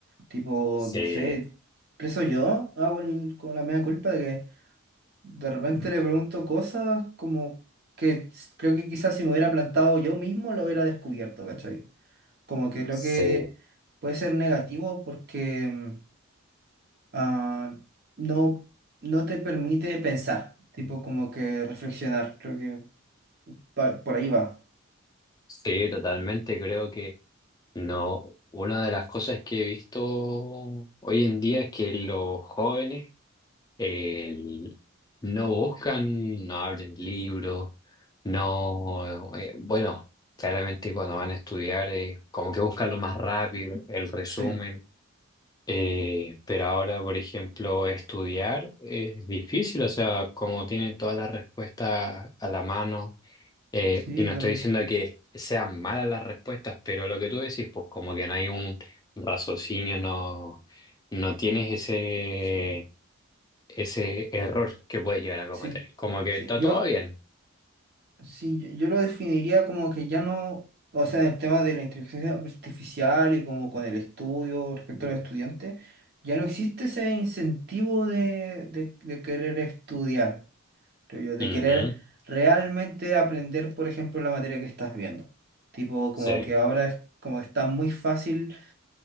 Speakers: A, on the right; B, on the left.
A: Tipo,
B: Sí,
A: no sé, preso yo hago el- con la mea culpa de que de repente le pregunto cosas como que s- creo que quizás si me hubiera plantado yo mismo lo hubiera descubierto, ¿cachai? Como que creo
B: sí,
A: que puede ser negativo porque mm, ah, no, no te permite pensar, tipo como que reflexionar, creo que pa- por ahí va.
B: sí, totalmente. Creo que no. Una de las cosas que he visto hoy en día es que los jóvenes el- no buscan, no abren libros, no, eh, bueno, claramente cuando van a estudiar, eh, como que buscan lo más rápido, el resumen.
A: Sí,
B: Eh, pero ahora, por ejemplo, estudiar es difícil, o sea, como tienen todas las respuestas a la mano, eh,
A: sí,
B: y no
A: totalmente.
B: estoy diciendo que sean malas las respuestas, pero lo que tú decís, pues como que no hay un raciocinio, no, no tienes ese
A: So, Sí,
B: ese error que puedes llegar a cometer.
A: sí,
B: Como que
A: sí.
B: está
A: Yo,
B: todo bien.
A: Sí, yo, yo lo definiría como que ya no, o sea, en el tema de la inteligencia artificial y como con el estudio respecto a los estudiantes, ya no existe ese incentivo de, de- de querer estudiar, creo yo, de
B: Ujú,
A: querer realmente aprender, por ejemplo, la materia que estás viendo. Tipo,
B: Sí.
A: como que ahora es como que está muy fácil